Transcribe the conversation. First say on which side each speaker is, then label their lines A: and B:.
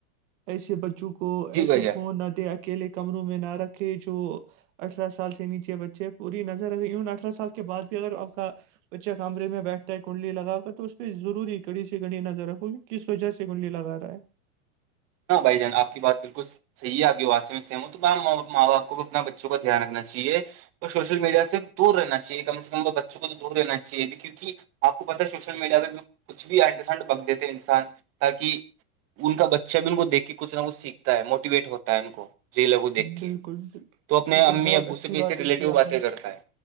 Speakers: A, on the right (about 55°); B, on the right (about 30°).
A: ایسے بچوں کو
B: جی
A: ایسے
B: بھائی جان
A: فون نہ دے اکیلے کمروں میں نہ رکھے جو اٹھارہ سال سے نیچے بچے پوری نظر رکھے اٹھہ سال کے بعد بھی اگر آپ کا بچے کمرے میں بیٹھتا ہے کہ کنڈلی لگا کر تو اس پہ ضروری کڑی سےی کڑی نظر رکھو گی کس وجہ سے کنڈلی لگا رہا ہے
B: ہاں بھائی جان آپ کی بات بالکل صحی ہے آگے واسسی میں سیم ہو تو ماں باپ کو بھی اپنا بچوں کا دھیان رکھنا چاہیے اور سوشل میڈیا سے دور رہنا چاہیے کم سے کم وہ بچوں کو تو دور رہنا چاہیے کیکہ آپ کو پتاہ ہے سوشل میڈیا پہ کچھ بھی اڈ سنٹ بک دیتے انسان تاکہ ان کا بچ شب ان کو دیکھ کے کچ نہ کچھ سیکھتا ہے موٹیویٹ ہوتا ہے ان کو ریلوں کو دیکھ
A: بالکل
B: کے
A: بالکل
B: تو اپنے
A: بالکل
B: امی
A: بہت
B: ابو
A: اچھی
B: سے بھی
A: بات
B: ایسی ریلیٹو
A: ہے کی آپ
B: باتیں
A: نے
B: کرتا ہے